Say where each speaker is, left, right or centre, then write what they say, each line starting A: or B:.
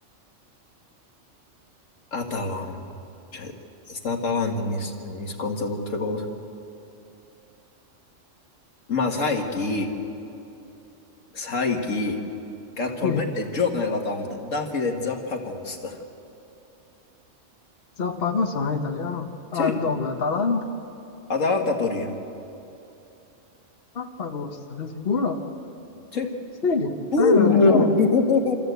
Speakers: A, on the left; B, on the left.
A: Atalanta. Cioè, sta Atalanta mi, mi sconza tutte cose. Ma sai chi? Sai chi? Che attualmente
B: Chi?
A: gioca nell'Atalanta, Davide Zappacosta.
B: Zappacosta non è italiano? Ah,
A: Sì,
B: dove? Atalanta?
A: Atalanta-Torino.
B: Zappacosta, sei sicuro?
A: Sì.
B: Sì,
A: Uh,
B: hai ragione.
A: <laughs>